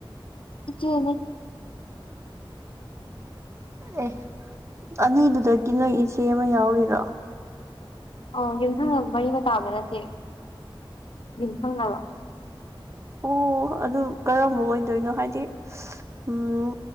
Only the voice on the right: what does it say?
ꯑꯦ ꯑꯅꯤꯗꯨꯗꯒꯤ ꯅꯣꯢ ꯏꯆꯦ ꯑꯃ ꯌꯥꯎꯔꯤꯔꯣ
ꯑꯣ ꯑꯗꯨ ꯀꯔꯝꯕ ꯑꯣꯢꯗꯣꯢꯅꯣ ꯍꯥꯢꯗꯤ ꯏꯁ ꯎꯝ